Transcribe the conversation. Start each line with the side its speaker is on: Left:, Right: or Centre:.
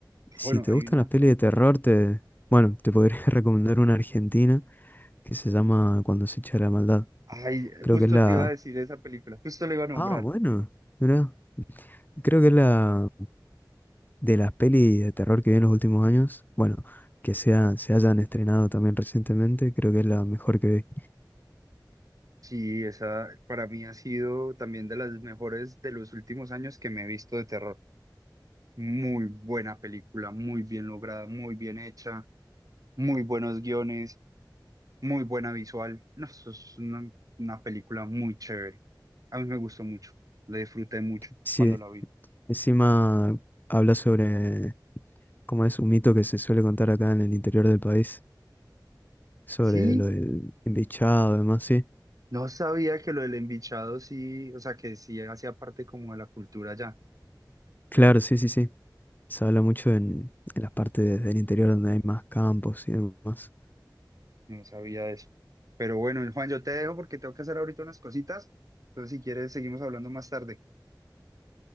Right: Ah,
Left: Si
Right: Bueno,
Left: te
Right: hay
Left: gustan
Right: una,
Left: las pelis de terror, te, bueno, te podría <laughs> recomendar una argentina que se llama Cuando se echa la maldad.
Right: ay,
Left: Creo
Right: justo
Left: que es la...
Right: te iba a decir esa película, justo la iba a nombrar.
Left: Ah, bueno, mirá. Creo que es la de las pelis de terror que vi en los últimos años. Bueno, que sea, se hayan estrenado también recientemente, creo que es la mejor que vi.
Right: Sí, esa para mí ha sido también de las mejores de los últimos años que me he visto de terror. Muy buena película, muy bien lograda, muy bien hecha, muy buenos guiones, muy buena visual. No, eso es una, una película muy chévere. A mí me gustó mucho, la disfruté mucho
Left: Sí,
Right: cuando la vi.
Left: encima habla sobre, cómo es un mito que se suele contar acá en el interior del país, sobre
Right: Sí,
Left: lo del embichado, y demás, sí.
Right: no sabía que lo del embichado sí, o sea, que sí hacía parte como de la cultura ya.
Left: Claro, sí, sí, sí. Se habla mucho en, en las partes del interior donde hay más campos y demás.
Right: No sabía de eso. Pero bueno, Juan, yo te dejo porque tengo que hacer ahorita unas cositas. Entonces, si quieres, seguimos hablando más tarde.